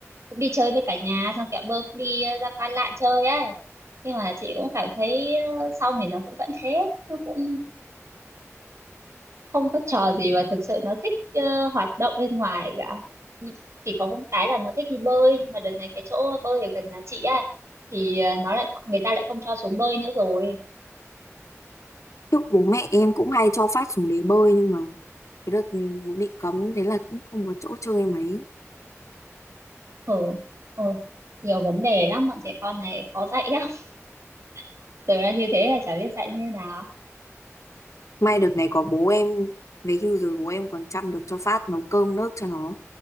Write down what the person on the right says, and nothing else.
cũng đi chơi với cả nhà xong kẹo bơ cũng đi ờ, ra Pan Lạn chơi á nhưng mà chị cũng cảm thấy ờ, xong thì nó cũng vẫn thế nó cũng không có trò gì mà thực sự nó thích ờ, hoạt động bên ngoài cả Nh- chỉ có một cái là nó thích đi bơi nhưng mà đợt này cái chỗ bơi ở gần nhà chị á thì ờ, nó lại người ta lại không cho xuống bơi nữa rồi
ừ ôi nhiều vấn đề lắm bọn trẻ con này khó dạy lắm <laughs> tưởng là như thế là chả biết dạy như nào